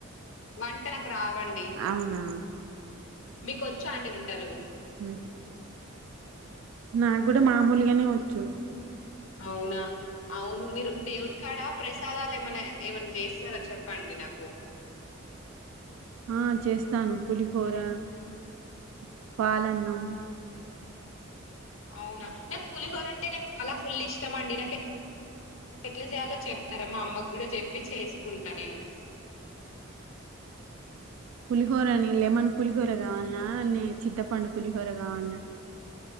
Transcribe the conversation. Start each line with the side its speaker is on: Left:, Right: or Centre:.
Left: వంట నాకు రావండి
Right: అవునా
Left: మీకు వచ్చా అండి వంటలు
Right: ఉమ్ నా కూడా మామూలుగానే వచ్చు
Left: అవునా అవును మీరు దేవుడి కాడ ప్రసాదాలు ఏమైన్నా ఏమైనా చేస్తార చెప్పండి నాకు
Right: ఆ చేస్తాను పులిహోర <inaudible> పాలనం
Left: అవునా నాకు పులిహోర అంటే అలా ఫుల్ ఇష్టమండి ఎట్లా చేయాలో చెప్తారా మా అమ్మ కూడా చెప్పి చేసుకుంటా నేను
Right: పులిహోరని లెమన్ పులిహోర కావాలనా అే చింతపండు పులిహోర కావాలన్నా